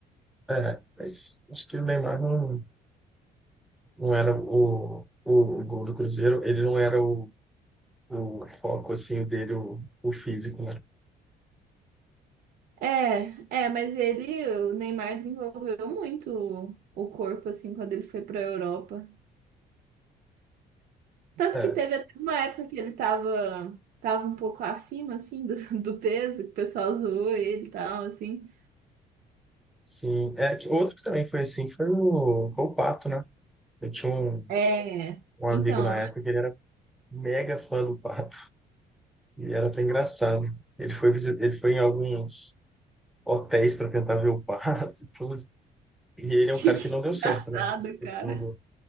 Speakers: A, in the centre; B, on the right.
A: É, mas acho que o Neymar não, não era o, o gol do Cruzeiro, ele não era o, o foco, assim, dele, o, o físico, né?
B: É, é, mas ele, o Neymar desenvolveu muito o corpo assim quando ele foi para a Europa. Tanto
A: É,
B: que teve até uma época que ele tava, tava um pouco acima assim do, <laughs> do peso, que o pessoal zoou ele e tal assim.
A: sim. É, que outro que também foi assim foi o, foi o Pato, né? Eu tinha um,
B: É,
A: um
B: então,
A: amigo na época que ele era mega fã do Pato. E era até engraçado. Ele foi, visi- ele foi em alguns hotéis para tentar ver o pato e tudo. E ele
B: <laughs> que
A: é um cara que não deu
B: engraçado,
A: certo, né? Essa questão
B: cara.
A: do.